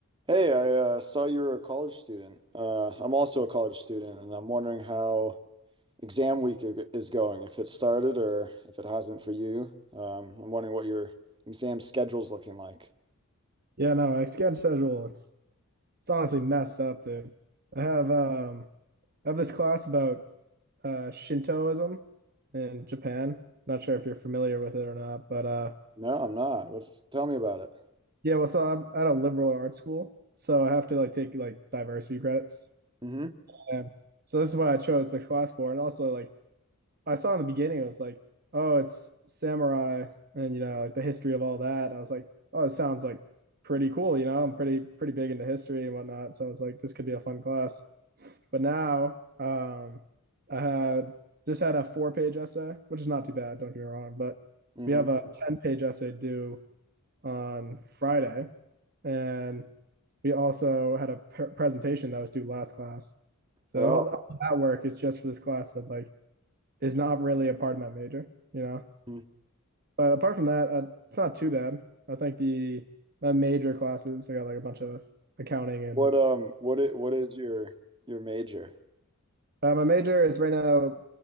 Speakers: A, on the right; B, on the right.
A: Hey, I uh, saw you were a college student. Uh, I'm also a college student, and I'm wondering how exam week i- is going, if it started or if it hasn't for you. Um, I'm wondering what your exam schedule's looking like.
B: Yeah, no, my sketch schedule is it's honestly messed up, dude. I have um I have this class about uh Shintoism in Japan. Not sure if you're familiar with it or not, but uh
A: No, I'm not. What's, tell me about it.
B: yeah, well so I'm at a liberal arts school, so I have to like take like diversity credits.
A: hmm
B: And so this is what I chose the class for. And also like I saw in the beginning it was like, oh, it's samurai and you know, like the history of all that. I was like, oh, it sounds like pretty cool, you know. I'm pretty pretty big into history and whatnot. So I was like, this could be a fun class. But now um, I had just had a four page essay, which is not too bad, don't get me wrong, but
A: hmm
B: we have a 10 page essay due on Friday. And we also had a pre- presentation that was due last class. So
A: Oh.
B: all, all that work is just for this class that like is not really a part of my major, you know.
A: mhm.
B: But apart from that, uh, it's not too bad. I think the my major classes I got like a bunch of accounting and
A: What um what it what is your your major?
B: Uh, my major is right now